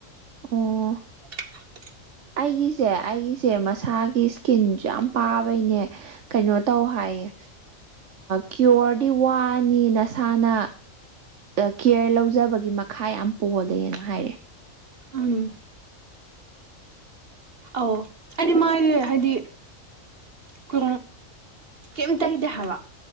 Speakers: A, on the right; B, on the right.
A: ꯑꯣ
B: <unintelligible>
A: ꯑꯩꯒꯤꯁꯦ ꯑꯩꯒꯤꯁꯦ ꯃꯁꯥꯒꯤ ꯏꯁꯀꯤꯟꯁꯨ ꯌꯥꯝ ꯄꯥꯕꯩꯅꯦ ꯀꯩꯅꯣ ꯇꯧ ꯍꯥꯏꯌꯦ ꯀ꯭ꯤꯌꯣꯔꯗꯤ ꯋꯥꯅꯤ ꯅꯁꯥꯅ ꯀꯤꯌꯔ ꯂꯧꯖꯕꯒꯤ ꯃꯈꯥ ꯌꯥꯝ ꯄꯣꯜꯂꯦꯅ ꯍꯥꯏꯔꯦ
B: ꯎꯝ ꯑ ꯍꯥꯏꯗꯤ ꯃꯥꯒꯤ ꯍꯥꯏꯗꯤ ꯀ ꯀꯝꯇ ꯏꯗ ꯍꯥꯋꯥ